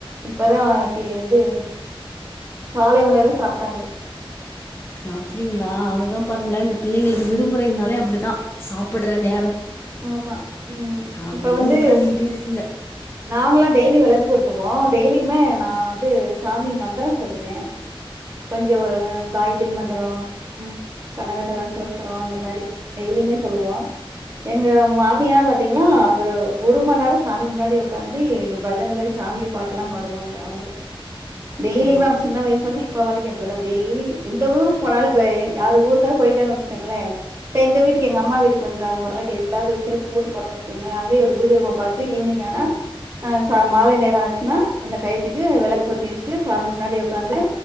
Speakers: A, on the right (about 30°); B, on the left (about 25°).
A: இப்பதா டீ இது காலை உணவு சாப்ட்டாங்கோ
B: அப்டிங்ளா அதுதா பாருங்களே இந்த பிள்ளைகளுக்கு விடுமுறை னாலே அப்பிடிதா சாப்பிடுற நே
A: ஆமா ம்
B: அப்டியே
A: இப்ப வந்து
B: உக்காந்துக்கிட்டே இருக்குங்க
A: நாங்ளா டெய்லி வெளக் <unintelligible> டெய்லிமே நா வந்து சாமி மந்தரோ சொல்லுவே கொஞ்சோ ஒரு காய்திரி மந்தரோ ம் கனகதரஸ் சூஸ்தரோ அந்த மாரி டெய்லிமே சொல்லுவோ எங்க மாமியலா பாத்தீங்ன்னா ஒரு ஒரு மண் நேரோ சாமி முன்னாடி உக்காந்தி பஜன மாரி சாமி பாட்டுல்லா பாடுவாங்க அவுங்க டெய்லிமே
B: ஆ
A: அவ்ங் சின்ன வய்ஸ்லந்து இப்ப வரைக்கு இப்டிதா டெய்லி எந்த ஊருக் போனாலு வ யாரு ஊருக்காவ்த் போயிட்டேன் வெச்சுக்கேங்களே இப்ப எங்க வீட்டுக்கு எங்க அம்மா வீட்டுக் வந்துறாங்க ஒரு நாளைக் தி எதாவ்து விசேசோ கூட்டு போறேன் வச்சுங்ளே அங்கய ஒரு பூஜ ரூம பாத்து ஈவினிங் ஆனா அ ச மாலை நேர ஆச்சுன்னா அந்த டயத்துக்கு விளக் பொத்தி வெஷ்ட்டு சாமி முன்னாடி உக்காந்து